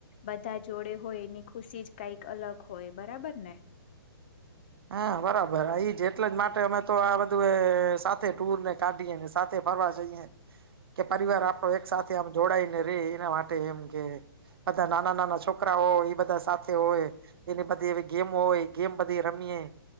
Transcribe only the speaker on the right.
હા.. બરાબર એ જ એટલે જ માટે. અમે તો આ બધું સાથે ટુરને કાઢીએ સાથે ફરવા જઈએ કે પરિવાર આપણો એક સાથે આમ જોડાયને રહે. એના માટે એમ કે બધા નાના-નાના છોકરા હોય એ બધા સાથે હોય. એને બધી એવી ગેમ હોય ગેમ બધી રમીએ